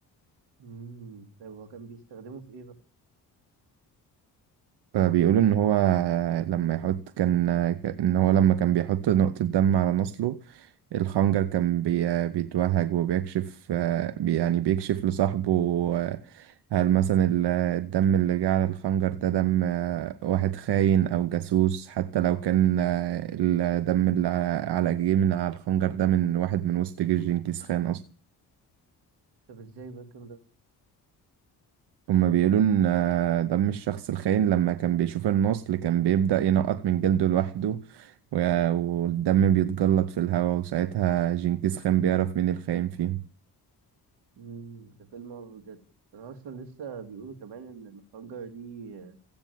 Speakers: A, on the right; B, on the right.
A: امم طب هو كان بيستخدمه في ايه بقى؟
B: فبيقولوا ان هو لما يحط كان ان هو لما كان بيحط نقطة دم على نصله الخنجر كان بي... بيتوهج وبيكشف آه، بي- يعني بيكشف لصاحبه آه، هل مثلا ال- الدم اللي جه على الخنجر ده دم آه، واحد خاين أو جاسوس حتى لو كان آه، الدم اللي على جه من على الخنجر ده من واحد من وسط جيش جنكيز خان أصلا
A: طب ازاي بقى الكلام ده؟
B: هما بيقولوا إن آه، دم الشخص الخاين لما كان بيشوف النصل كان بيبدأ ينقط من جلده لوحده و- والدم بيتجلط في الهواء وساعتها جنكيز خان بيعرف مين الخاين فيهم
A: امم ده فيلم هو بجد انا اصلا لسه بيقولوا كمان ان الخنجر دي آه،